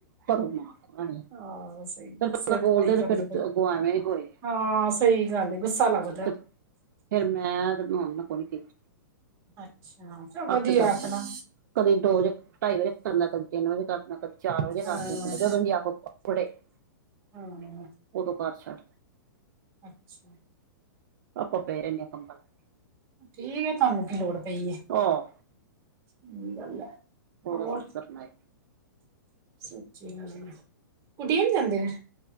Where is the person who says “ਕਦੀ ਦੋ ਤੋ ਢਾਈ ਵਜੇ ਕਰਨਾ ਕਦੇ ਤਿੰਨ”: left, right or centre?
Right